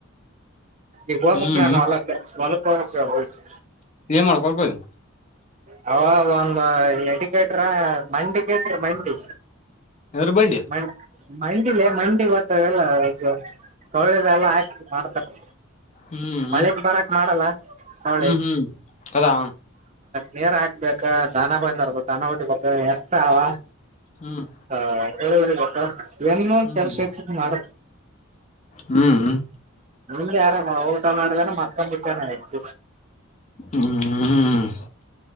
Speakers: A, on the right; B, on the left.
A: ಈಗ ಹೋಗಕ್
B: ಹ್ಮ್
A: ನಾನು ಹೊಲಕ್ಕ ಹೊಲಕ್ ಹೋಗಕ್ಕೆ ಹೋಗತಿ
B: ಏನ್ ಮಾಡ್ಕೊಳ್ಕೋ
A: ಹ ಒಂದು ಎಡಿ ಕೆಟ್ರ ಮಂಡಿ ಕೆಟ್ರ ಮಂಡಿ
B: ಎದ್ರ ಬಂಡಿ
A: ಮ ಮ ಿಲ್ಲ ಮಂಡಿ ಗೊತ್ತ ಎಲ್ಲಳೆದ ಎಲ್ಲ ಹಾಕ ಮಾಡ್ತಾರೆ
B: ಹ್ಮ್
A: ಮಳೆಕ್ ಬರಕ್ ಮಾಡಲ್ಲ
B: ಹ್ಮ್
A: ಅವಳಿ
B: ಹ್ಮ್ ಹೌದಾ
A: ನೀರ್ ಹಾಕ್ಬೇಕ ದನ ಬಂದವರ್ಬೇಕ ದನ ಉಟ್ಟಬೇಕು ಎಕ್ತ ಅವ
B: ಹ್ಮ್
A: ಸ ಗತ್ತ ನ್
B: ಹ್ಮ್
A: ಕೆಲಸ ಹೆಸ ಮಾಡ
B: ಹ್ಮ್
A: ನಿಮ್ ಯಾರಾಮ ಊಟ ಮಾಡಿದಾನ ಮಕ್ಕೊಂದ ಬಿಕ್ಕಾನೇ ಆಯತ
B: ಹ್ಮ್